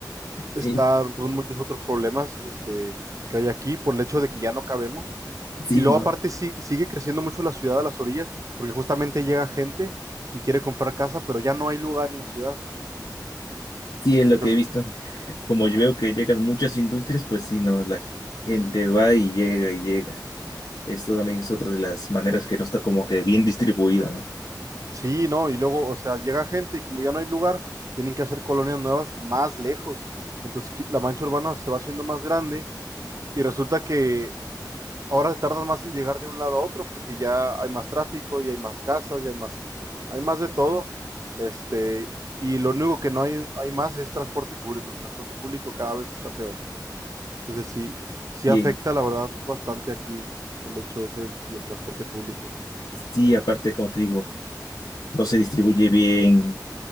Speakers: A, on the left; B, on the right.
A: Sí,
B: están pues, muchos otros problemas este, que hay aquí por el hecho de que ya no cabemos.
A: sí,
B: Y luego
A: no.
B: aparte sí- sigue creciendo mucho la ciudad a las orillas, porque justamente llega gente y quiere comprar casa, pero ya no hay lugar en la ciudad.
A: Sí es lo
B: Entonces,
A: que he visto. Como yo veo que llegan muchas industrias, pues sí, no, la gente va y llega y llega. Esto también es otra de las maneras que no está como que bien distribuida, ¿no?
B: sí, no, y luego, o sea, llega gente y como ya no hay lugar, tienen que hacer colonias nuevas más lejos. Entonces, qui- la mancha urbana se va haciendo más grande y resulta que ahora se tardan más en llegar de un lado a otro porque ya hay más tráfico y hay más casas y hay más, hay más de todo. Este, y lo único que no hay, hay más es transporte público. El transporte público cada vez está peor. Entonces sí, sí
A: Y
B: afecta la verdad bastante aquí el hecho ese del, del transporte público.
A: sí, aparte, como te digo, no se distribuye bien,